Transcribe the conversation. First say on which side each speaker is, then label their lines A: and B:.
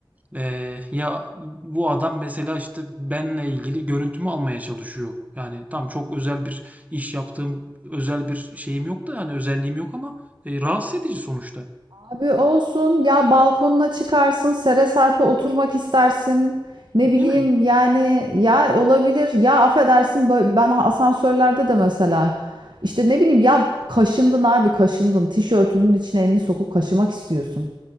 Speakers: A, on the right (about 15°); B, on the right (about 60°).
A: E, ya bu adam mesela işte benle ilgili görüntümü almaya çalışıyor. Yani tam çok özel bir iş yaptığım özel bir şeyim yok da yani özelliğim yok ama e, rahatsız edici sonuçta.
B: Abi olsun ya balkonuna çıkarsın sere serpe oturmak istersin ne
A: Değil
B: bileyim
A: mi?
B: yani ya olabilir ya affedersin bö- ben asansörlerde de mesela işte ne bileyim ya kaşındın abi kaşındın tişörtünün içine elini sokup kaşımak istiyorsun.